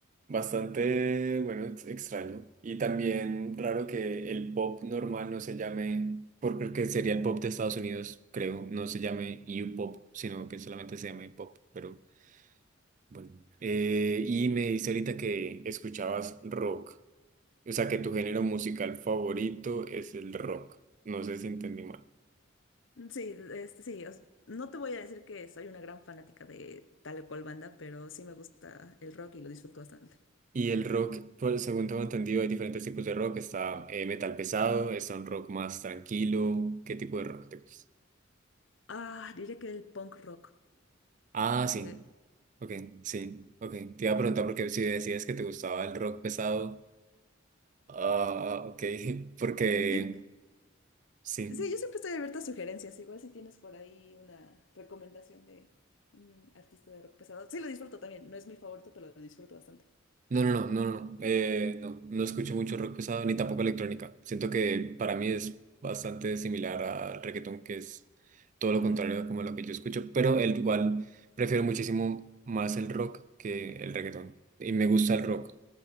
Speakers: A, on the right; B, on the left.
A: bastante, bueno, ex- extraño. Y también raro que el pop normal no se llame, por- porque sería el pop de Estados Unidos, creo, no se llame U-pop, sino que solamente se llame pop, pero bueno. Eh, y me dice ahorita que escuchabas rock, o sea que tu género musical favorito es el rock, no sé si entendí mal.
B: Sí, este, sí, os- no te voy a decir que soy una gran fanática de tal o cual banda, pero sí me gusta el rock y lo disfruto bastante.
A: Y el rock, pues, según tengo entendido, hay diferentes tipos de rock. Está eh, metal pesado, está un rock más tranquilo. ¿Qué tipo de rock te gusta?
B: Ah, diría que el punk rock.
A: Ah,
B: Sí.
A: sí. Ok, sí. Ok. Te iba a preguntar porque si decías que te gustaba el rock pesado. Ah, ok. <laughs> Porque
B: y-
A: sí.
B: sí, yo siempre estoy abierta a sugerencias. Igual si tienes por ahí una recomendación de un artista de rock pesado. Sí, lo disfruto también. No es mi favorito, pero lo disfruto bastante.
A: No, no, no, no, no, eh, no, no escucho mucho rock pesado ni tampoco electrónica. Siento que para mí es bastante similar al reggaetón, que es todo lo
B: Mm.
A: contrario a como lo que yo escucho, pero el igual prefiero muchísimo más el rock que el reggaetón y me gusta el rock